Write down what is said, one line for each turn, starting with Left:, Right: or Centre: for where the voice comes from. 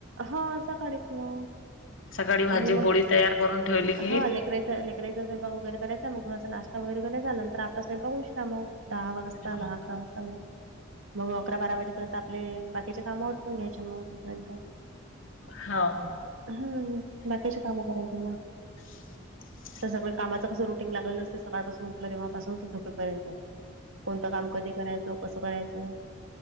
Right: हो सकाळीच मग.
Left: सकाळी भाजी
Right: मग
Left: पोळी तयार करून ठेवली की
Right: हा लेकराचा लेक कराचा स्वयंपाक वगैरे करायचा मग थोडासा नाश्ता वगैर कराचा नंतर आपला स्वयंपाक उशिरा मग दहा दहा
Left: हो
Right: आकरा वाजता मग. मग अकरा बारा वाजेपर्यंत आपले बाकीचे काम अटपून घ्यायचे मग तोपर्यंत.
Left: हाव.
Right: हम्. बाकीचे कामं करायची मग.
Left: <inaudible>
Right: तर सगळ कामाच कसं रुटीन लागलेलं असते. सकाळपासून उठलं तेव्हापासून तर झोपेपर्यंत. कोणतं काम कधी करायचं कसं करायचं.